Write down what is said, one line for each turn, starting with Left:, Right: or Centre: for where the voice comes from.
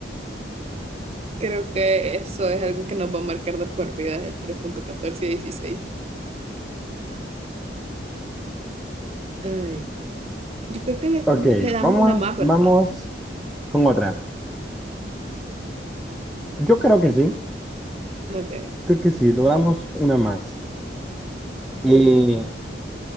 Right: creo que eso es algo que nos va a marcar de por vida el tres punto catorce y dieciséis Ay, yo creo que le,
Centre: Ok,
Right: le damos
Centre: vamos,
Right: una más, ¿verdad?
Centre: vamos con otra. Yo creo que sí,
Right: Ok.
Centre: creo que sí, logramos una más. Eh,